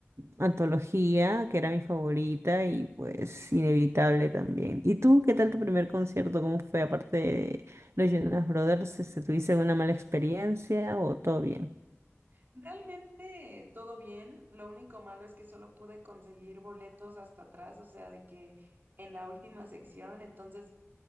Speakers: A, on the right; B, on the right.
A: Antología, que era mi favorita, y pues Inevitable también. ¿Y tú qué tal tu primer concierto? ¿Cómo fue? Aparte de los Jonas Brothers, este, ¿tuviste una mala experiencia o todo bien?
B: Realmente todo bien, lo único malo es que solo pude conseguir boletos hasta atrás, o sea, de que en la última sección, entonces